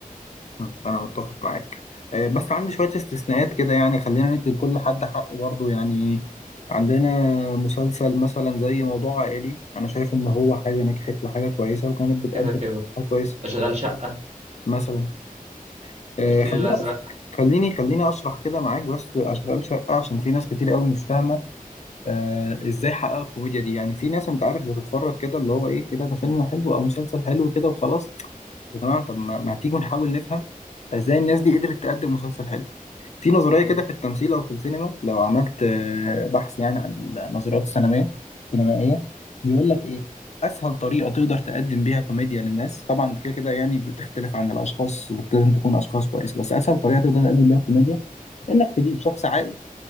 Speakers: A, on the left; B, on the right.
A: مم. أنا متفق معاك آه بس عندي شوية استثناءات كده يعني خلينا ندي لكل حد حقه برضه يعني عندنا مسلسل مثلا زي موضوع عائلي أنا شايف إن هو حاجة نجحت وحاجة كويسة وكانت بتقدم
B: كده كده
A: حاجة كويسة
B: اشغال شقه
A: مثلا آه،
B: الفيل
A: خلينا
B: الازرق
A: خليني خليني اشرح كده معاك بس اشغال شقه عشان في ناس كتير قوي مش فاهمه آه ازاي حقق الكوميديا دي يعني في ناس انت عارف بتتفرج كده اللي هو ايه كده ده فيلم حلو او مسلسل حلو كده وخلاص يا جماعه طب ما ما تيجوا نحاول نفهم ازاي الناس دي قدرت تقدم مسلسل حلو في نظرية
B: مم.
A: كده في التمثيل أو في السينما لو عملت آه، بحث يعني عن النظريات السينمية السينمائية بيقول لك إيه أسهل طريقة تقدر تقدم بيها كوميديا للناس طبعا كده كده يعني بتختلف عن الأشخاص لازم تكون أشخاص كويسة بس أسهل طريقة تقدر تقدم بيها كوميديا إنك تجيب شخص عاقل